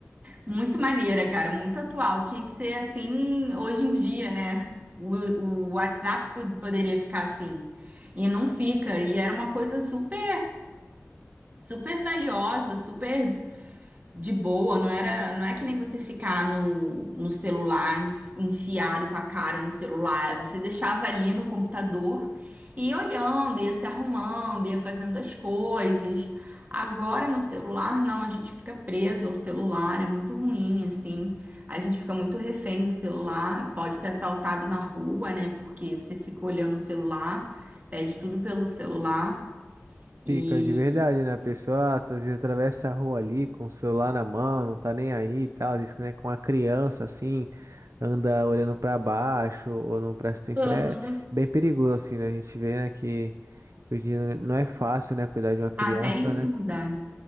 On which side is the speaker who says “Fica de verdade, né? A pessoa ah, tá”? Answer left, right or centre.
Right